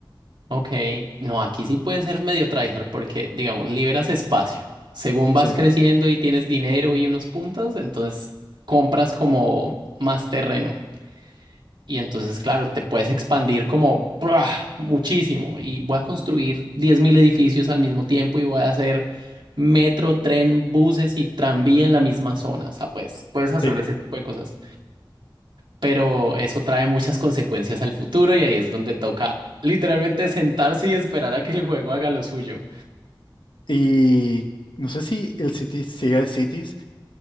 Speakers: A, on the right; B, on the left.
A: Ok, no, aquí sí puede ser medio tryhard porque, digamos, liberas espacio. Según vas
B: Sí,
A: creciendo y tienes dinero y unos puntos, entonces compras como más terreno. Y entonces, claro, te puedes expandir como ¡prua! muchísimo. Y voy a construir 10.000 edificios al mismo tiempo y voy a hacer metro, tren, buses y tranvía en la misma zona. O sea, pues puedes hacer
B: sí.
A: ese tipo de cosas. Pero eso trae muchas consecuencias al futuro y ahí es donde toca literalmente sentarse y esperar a que el juego haga lo suyo.
B: Y no sé si el Cities sigue el Cities.